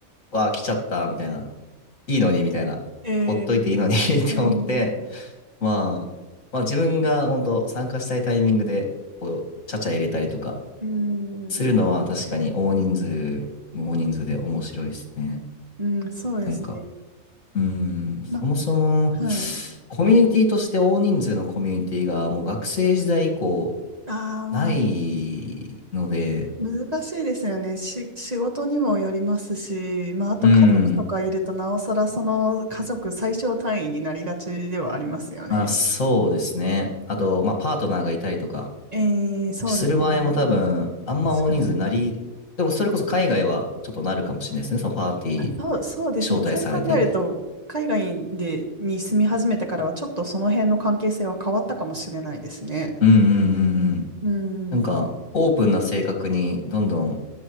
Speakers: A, on the left; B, on the right.
A: わあ、来ちゃった、みたいな。いいのに、みたいな。
B: ええ、
A: ほっといていいのに <laughs> って思って、
B: ええ、うん、
A: まあ、まあ自分が本当参加したいタイミングで、こう、ちゃちゃ入れたりとか、
B: うん、
A: するのは確かに大人数、大人数で面白いですね。
B: うん、そうですね。
A: なんか、うーん、そもそも、
B: まあ、はい。
A: コミュニティとして大人数のコミュニティがもう学生時代以降
B: ああ、まあ
A: ないので、
B: 難しいですよね。し、仕事にもよりますし、まあ、あと家族とかいると、
A: うん、
B: なおさらその家族最小単位になりがちではありますよね。
A: まあそうですね。あと、
B: うん
A: まあパートナーがいたりとか、
B: えー、そうですね。
A: する場合も多分、あんま大人数になり、
B: 確かに。
A: でもそれこそ海外はちょっとなるかもしれないですね。そのパーティー
B: あ、そう、そうですね。
A: 招待されてみたいな。
B: そう考えると、海外で、に住み始めてからは、ちょっとその辺の関係性は変わったかもしれないですね。
A: うんうんうんうん。
B: うん。
A: なんか、オープンな性格にどんどん